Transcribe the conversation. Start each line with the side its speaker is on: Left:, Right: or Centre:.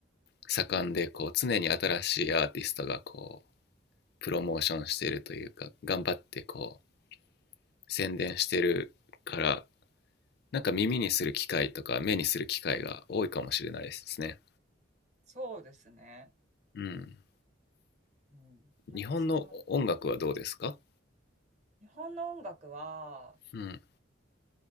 Left: 盛んでこう常に新しいアーティストがこうプロモーションしてるというか頑張ってこう宣伝してるからなんか耳にする機会とか目にする機会が多いかもしれないですね。
Right: そうですね。
Left: うん。
Right: うん。なんかそんな、
Left: 日本の音楽はどうですか
Right: 日本の音楽は、
Left: うん。